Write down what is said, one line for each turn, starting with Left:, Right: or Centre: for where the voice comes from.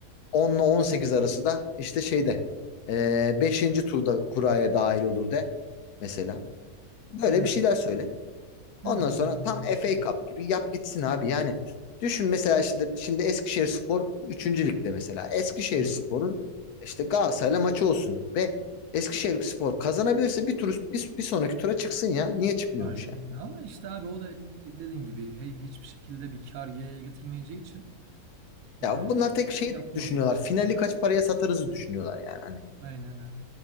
Left: 10 ile 18 arası da işte şeyde eee beşinci turda kuraya dahil olur de mesela. Böyle
Right: Yani
Left: bir şeyler söyle.
Right: evet
Left: Ondan sonra
Right: öyle
Left: tam
Right: bir şey.
Left: FA Cup gibi yap gitsin abi. Yani düşün mesela şimdi, şimdi Eskişehirspor 3. ligde mesela. Eskişehirspor'un
Right: Hı hı.
Left: işte Galatasaray'la maçı olsun ve Eskişehirspor kazanabilirse bir tur bir, bir sonraki tura çıksın ya. Niye çıkmıyormuş
Right: Aynen
Left: yani?
Right: öyle. Ama işte abi o da dediğim gibi he- hiçbir şekilde bir kar ge- getirmeyeceği için e,
Left: Ya bunlar tek şeyi
Right: yapmazlar.
Left: düşünüyorlar. Finali kaç paraya satarızı düşünüyorlar yani. Hani
Right: Aynen öyle.